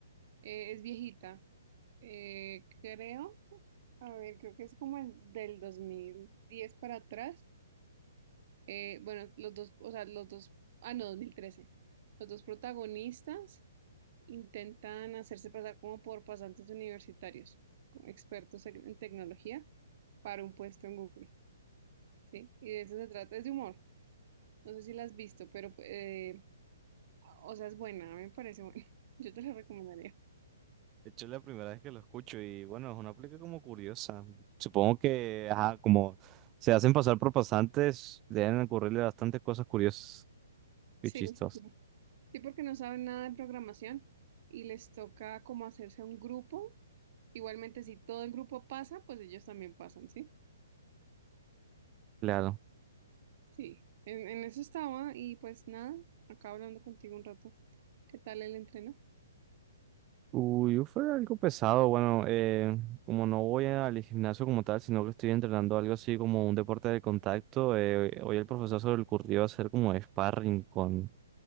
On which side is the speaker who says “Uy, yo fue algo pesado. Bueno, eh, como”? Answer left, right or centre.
Right